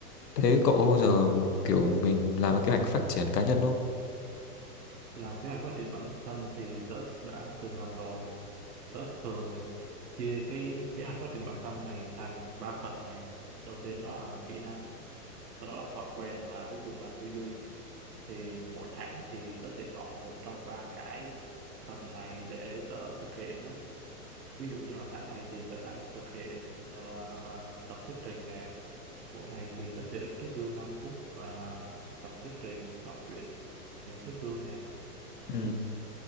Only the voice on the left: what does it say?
thế cậu có bao giờ kiểu mình làm cái kế hoạch phát triển cá nhân không
Ừm,